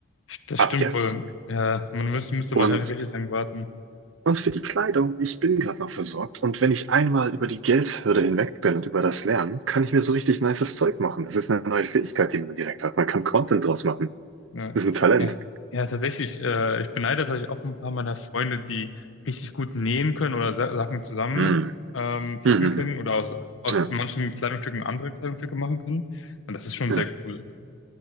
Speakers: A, on the left (about 90°); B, on the right (about 80°).
A: das
B: Ab
A: stimmt
B: jetzt.
A: wohl. Ja, man müß, müsste
B: Und,
A: wahrscheinlich richtig lang warten.
B: und für die Kleidung, ich bin gerade noch versorgt. Und wenn ich einmal über die Geldhürde hinweg bin und über das Lernen, kann ich mir so richtig nices Zeug machen. Das ist eine neue Fähigkeit, die man direkt hat. Man kann Content draus machen.
A: Ja,
B: Das ist ein Talent.
A: ja, ja, tatsächlich. Äh, ich beneide tatsächlich auch ein paar meiner Freunde, die richtig gut nähen können oder Sa Sachen zusammen
B: Mm.
A: ähm, flicken
B: Mhm.
A: können oder aus, aus
B: Ja,
A: manchen Kleidungsstücken andere Kleidungsstücke machen können. Und das ist schon
B: ja.
A: sehr cool.